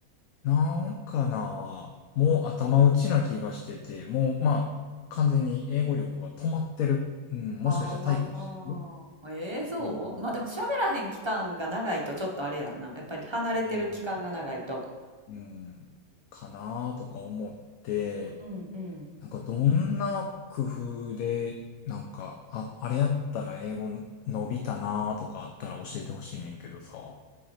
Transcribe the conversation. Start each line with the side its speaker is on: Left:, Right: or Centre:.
Left: なんかな、もう頭打ちな気がしてて、
Right: うん。
Left: もうまあ、完全に英語力は止まってる。うん、もしかしたら退化してる
Right: ああ、ええそうまあでも喋らへん期間が長いとちょっとあれやんな。
Left: ような、
Right: やっぱり離れてる期間が長いと。
Left: うん、うんかなとか思って、
Right: うんうんうん。
Left: なんかどんな工夫で、なんか、あ、あれやったら英語伸びたなとかあったら教えてほしいねんけどさ。